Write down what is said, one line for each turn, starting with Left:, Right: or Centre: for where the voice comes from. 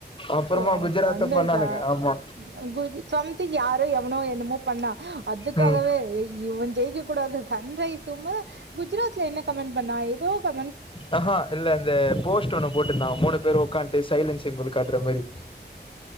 Left: அப்புறமா
Right: ஓ அவ
Left: குஜராத்த
Right: சன்ரைசா
Left: பண்ணானுங்க ஆமா
Right: அந்த குஜு சம்திங் யாரோ எவ்னோ என்னமோ பண்ணா அதுக்காகவே
Left: ம்
Right: இ இவஞ் செய் க்கக் கூடாது சன்ரைஸுமு குஜராத்ல என்ன கமெண்ட் பண்ணா எ தோ க
Left: அஹா இல்ல இந்த போஸ்ட் ஒண்ணு போட்டிருந்தா மூணு பேரு உக்கான்ட்டு சைலன்ட் சிம்பல் காட்ற மாரி